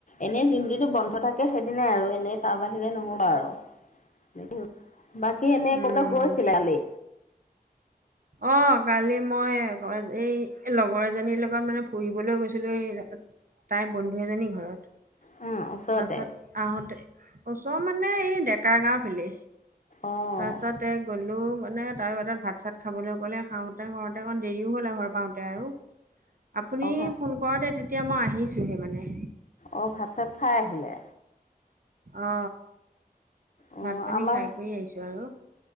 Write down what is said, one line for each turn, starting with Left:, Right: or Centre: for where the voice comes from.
Left: এনেই যোনদিতো বন্ধ থাক- তে সেইদিনাই আৰু এনেই তাৰ বাহিৰে নহ'বা আৰু <unintelligible> বাক। সি এনে
Right: উম
Left: ক'লে গৈছিলে কালি।
Right: অ কালি মই এই লগৰ এজনীৰ লগত মানে ফুৰিবলৈ গৈছিলো এই ৰা- তাইৰ বন্ধু এজনী ঘৰত।
Left: উম, ওচৰতে
Right: তাৰপিছত আহোঁতে ওচৰ মানে এই ডেকা গাওঁ ফালে।
Left: অঁ
Right: তাৰ পিছতে গ'লো মানে তাৰত ভাত চাত খাবলৈ গ'লে খাওঁতে - খাওঁতে অকণ দেৰিও হ'ল ঘৰ পাওঁতে আৰু আপুনি
Left: অঁ ভা
Right: ফোন কৰতে তেতিয়া মই আহিছোঁহে মানে।
Left: অঁ ভাত - চাত খাই আহিলে।
Right: অ
Left: অঁ
Right: ভাত - পানী
Left: আমাৰ
Right: খাই কৰি আহিছো আৰু।